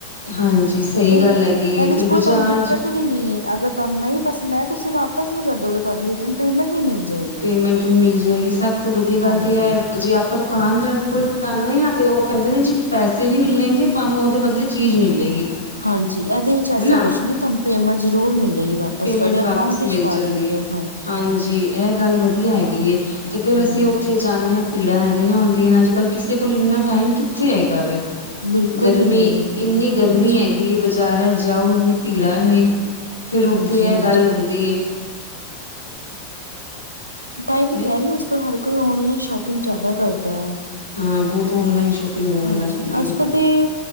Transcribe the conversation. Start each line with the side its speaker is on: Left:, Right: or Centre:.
Left: ਹਾਂਜੀ ਸਹੀ
Right: ਇਹਦੇ-
Left: ਗੱਲ ਹੈਗੀ
Right: ਇਹਦੇ
Left: ਏ। ਫਿਰ
Right: ਚ
Left: ਬਾਜ਼ਾਰ
Right: ਕੋਈ ਤੁਹਾਨੂੰ ਦਿੱਕਤ
Left: 'ਚ
Right: ਨ ਨੀ ਐ, ਅਗਰ ਤੁਹਾਨੂੰ ਨਹੀਂ ਪਸੰਦ ਆਇਆ ਤੁਸੀਂ ਵਾਪਸ ਵੀ ਕਰਦੋਗੇ ਤਾਨੂੰ ਰਿਟਨ ਪੇਮੈਂਟ ਵੀ ਮਿਲ ਜੇਗੀ।
Left: ਪੇਮੈਂਟ ਵੀ ਮਿਲ ਜੇਗੀ ਸਭ ਤੋਂ ਵਧੀਆ ਗੱਲ
Right: ਹਾਂਜੀ
Left: ਤੇ ਇਹ ਐ ਜੇ ਆਪਾਂ ਨੂੰ ਦੁਕਾਨਦਾਰ ਕੋਲ ਜਾਂਦੇ ਆ ਤੇ ਉਹ ਕਹਿੰਦੇ ਨੇ ਜੀ ਪੈਸੇ ਨਹੀਂ ਮਿਲੇਗੇ, ਤੁਹਾਨੂੰ ਉਹਦੇ ਬਦਲੇ ਚੀਜ਼ ਮਿਲੇਗੀ।
Right: ਹਾਂਜੀ ਇਹਦੇ ਵਿੱਚ ਐਸਾ
Left: ਹਨਾ
Right: ਕੁਛ ਨੀ, ਤੁਹਾਨੂੰ ਪੇਮੈਂਟ ਜ਼ਰੂਰ ਮਿਲੇਗੀ ਵਾ
Left: ਪੇਮੈਂਟ
Right: ਏਸ ਸਾਡੇ
Left: ਵਾਪਿਸ
Right: ਅਕਾਊਂਟ ਚ
Left: ਮਿਲ
Right: ਪਾ
Left: ਜਾਂਦੀ
Right: ਦੇਣਗੇ
Left: ਹੈ
Right: ਉਹ
Left: ਹਾਂਜੀ ਏਹ ਗੱਲ ਵਧੀਆ ਹੈਗੀ ਹੇ, ਤੇ ਫ਼ਿਰ
Right: ਹਮ
Left: ਅਸੀਂ ਉੱਥੇ ਜਾਂਨਿਆ ਭੀੜਾਂ ਐੰਨੀਆਂ ਹੁੰਦੀਆਂ ਅੱਜ ਕੱਲ੍ਹ ਕਿਸੇ ਕੋਲ ਇੰਨਾ ਟਾਈਮ ਕਿੱਥੇ ਹੈਗਾ ਵੇ
Right: ਬਿਲਕੁਲ
Left: ਗਰਮੀ
Right: ਵੀ ਨਹੀਂ
Left: ਇੰਨੀ ਗਰਮੀ
Right: ਹਾਂਜੀ
Left: ਹੈਗੀ ਏ। ਬਾਜ਼ਾਰਾਂ ਜਾਓ ਇੰਨੀ ਭੀੜਾਂ ਨੇ ਫਿਰ ਉੱਥੇ
Right: ਹਾਂਜੀ
Left: ਇਹ
Right: ਹਾਂਜੀ
Left: ਗੱਲ ਹੁੰਦੀਏ
Right: ਤਾਂ ਹੀ ਤੇ
Left: ਨਹੀਂ
Right: ਕਹਿ ਰਹੀ ਹਾਂ। ਅੱਜਕੱਲ ਹਰ ਕੋਈ, ਓਨਲਾਈਨ ਸ਼ੋਪਿੰਗ ਜਿਆਦਾ ਕਰਦਾ ਐ।
Left: ਹਾਂ ਬਹੁਤ ਔਨਲਾਈਨ ਸ਼ੋਪਿੰਗ ਹੋਣ
Right: ਹਾਂਜੀ!
Left: ਲੱਗ ਗਈ
Right: ਅੱਜਕਲ ਤੇ